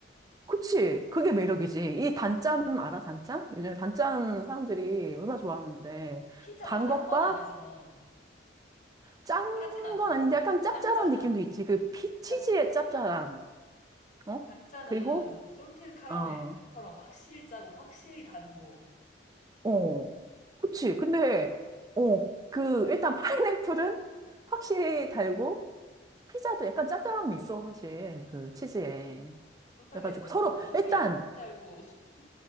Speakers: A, on the right (about 20°); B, on the left (about 45°).
A: 그치. 그게 매력이지. 이 단짠 알아? 단짠? 요즘에 단짠 사람들이 얼마나 좋아하는데.
B: 피자가
A: 단
B: 짠
A: 것과
B: 건 아니잖아.
A: 짠
B: 짜진 않잖아.
A: 건 아닌데 약간 짭짤한
B: 단짠은
A: 느낌도 있지. 그 피치즈의
B: 단,
A: 짭짤함. 어?
B: 단짠은
A: 그리고,
B: 솔티드 카라멜처럼
A: 어,
B: 확실히 짜고 확실히 단고.
A: 어. 그치. 근데, 어, 그, 일단 파인애플은 확실히 달고, 피자도 약간 짭짤함이 있어, 사실. 그 치즈에.
B: 그렇다기엔
A: 그래가지고
B: 너무
A: 서로,
B: 너무
A: 일단,
B: 약 달고. <laughs>